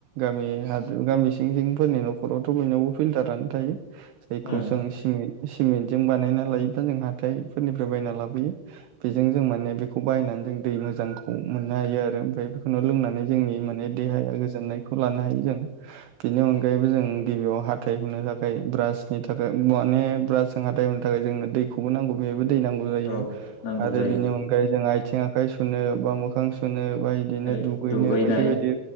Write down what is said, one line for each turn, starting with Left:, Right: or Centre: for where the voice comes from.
Right: गामि हाजो गामि सिं सिंफोरनि न'खरावथ' बयनावबो फिल्टारानो थायो। जायखौ
Left: उम
Right: जों सिमेन्ट सिमेन्ट जों बानायना लायो। दा जों हाथाइफोरनिफ्राय बायना लाबोयो बेजों जों माने बेखौ बायनानै जों दै मोजांखौ मोननो हायो आरो आमफ्राय बेखौनो लोंनानै जोंनि माने देहाया गोजोननायखौ लानो हायो जों बेनि अनायै जों गिबियाव हाथाय हुनो थाखाय ब्रासनि थाखाय माने ब्रास जों हाथाय हुनो थाखाय जोंनो दै खौबो नांगौ बेहायबो दै नांगौ जायो
Left: औ नांगौ
Right: आरो
Left: जायो
Right: बेनि अनगायै जों आथिं आखाइ सुनो बा मोखां सु नो बा इदिनो
Left: ओरै
Right: दुगैनो
Left: दुगैनाय
Right: बायदि बायदि